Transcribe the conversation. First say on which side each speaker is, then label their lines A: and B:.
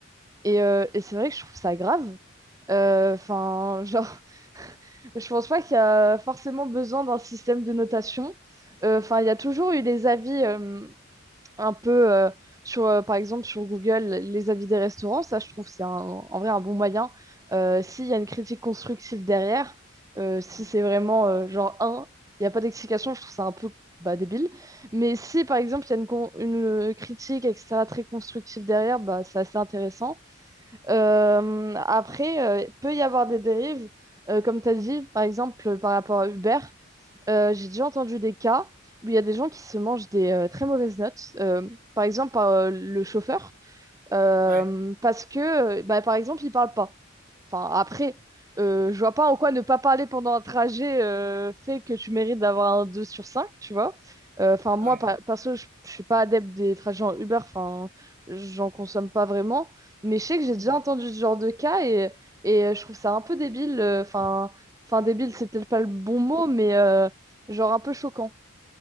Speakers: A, on the right (about 15°); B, on the right (about 40°).
A: Et, euh, et c'est vrai que je trouve ça grave. Euh, Enfin, genre, <laughs> je pense pas qu'il y a forcément besoin d'un système de notation. Euh, Enfin, il y a toujours eu les avis. euh, un peu euh, sur euh, par exemple sur Google les avis des restaurants ça je trouve c'est un- en vrai un bon moyen Euh, s'il y a une critique constructive derrière euh, si
B: Mm.
A: c'est vraiment euh, genre un il n'y a pas d'explication je trouve ça un peu bah, débile mais si par exemple il y a une, con- une, euh, critique etc très constructive derrière bah, c'est assez intéressant Euh, après euh, il peut y avoir des dérives euh, comme tu as dit par exemple par rapport à Uber euh, j'ai déjà entendu des cas où il y a des gens qui se mangent des euh, très mauvaises notes, euh, par exemple par euh, le chauffeur, euh,
B: Ouais,
A: parce que, euh, bah, par exemple, il parle pas. Enfin, après, euh, je vois pas en quoi ne pas parler pendant un trajet euh, fait que tu mérites d'avoir un 2 sur 5, tu vois. Euh, Enfin, moi,
B: ouais.
A: par- perso, je je suis pas adepte des trajets en Uber, enfin, j'en consomme pas vraiment. Mais je sais que j'ai
B: Mm.
A: déjà entendu ce genre de cas et, et euh, je trouve ça un peu débile. euh, Enfin, enfin débile, c'est peut-être pas le bon mot, mais euh, genre un peu choquant.